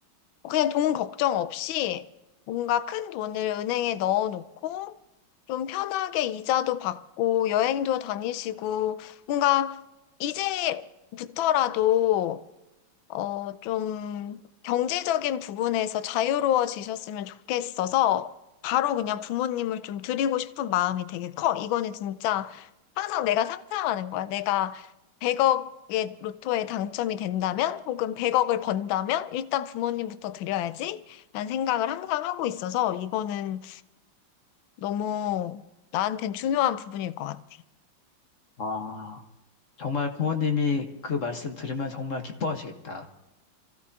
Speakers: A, on the left (about 75°); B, on the left (about 40°).
A: 어, 그냥 돈 걱정 없이 뭔가 큰 돈을 은행에 넣어놓고 좀 편하게 이자도 받고 여행도 다니시고 뭔가 이제부터라도 어, 좀 경제적인 부분에서 자유로워지셨으면 좋겠어서 바로 그냥 부모님을 좀 드리고 싶은 마음이 되게 커. 이거는 진짜 항상 내가 상상하는 거야. 내가 100억의 로또에 당첨이 된다면 혹은 100억을 번다면 일단 부모님부터 드려야지 라는 생각을 항상 하고 있어서 이거는 너무 나한텐 중요한 부분일 것 같아.
B: 아, 정말 부모님이 그 말씀 들으면 정말 기뻐하시겠다.